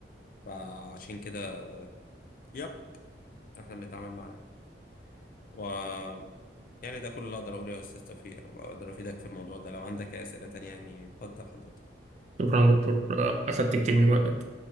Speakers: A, on the left; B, on the right.
A: فعشان كده يب إحنا بنتعامل معاه و يعني ده كل اللي أقدر أقوله يا أستاذ توفيق وأقدر أفيدك في الموضوع ده لو عندك أي أسئلة تانية يعني اتفضل حضرتك
B: شكرا يا دكتور اخدت كتير من الوقت